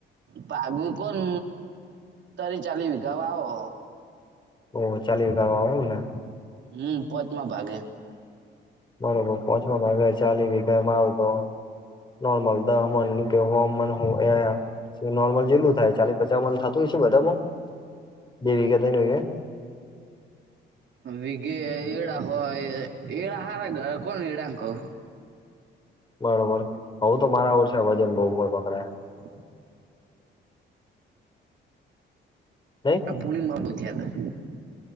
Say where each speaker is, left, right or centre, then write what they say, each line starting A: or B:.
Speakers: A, on the right (about 65°); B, on the left (about 25°).
A: પાગવી કોણ તરી ચાલી વગા આવો.
B: ઓહ ચાલી રકા વાવ એવું ને?
A: હમ્મ, પોતમાં ભાગે.
B: બરોબર પોંચમા ભાગે ચાલી વીમાં આવતો નોર્મલ દમન કે હો મડ હો એ નોર્મલ જેટલું થાય ચાલી પચા મડ થાતું હસે બધામાં? બે વીગા થઈ ને
A: વિઘે એડા હોય એળ હારા કોણ એડા કવ
B: બરોબર હઉ તો મારા ઓર છે વજન બહુ હો પકડાય
A: <inaudible>
B: નઈ?
A: ભૂલમાં બો જ્યાં કરે